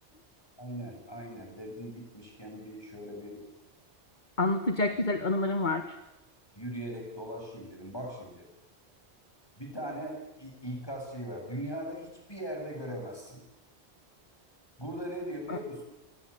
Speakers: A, on the left (about 20°); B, on the left (about 45°).
A: Aynen aynen dedim gitmişken bir şöyle bir
B: <laughs> Anlatacak
A: yani
B: güzel anılarım var.
A: yürüyerek dolaşayım dedim. Bak şimdi bir tane i- ikaz şeyi var. Dünyada hiçbir yerde göremezsin. Burada ne diyor biliyor
B: E,
A: musun?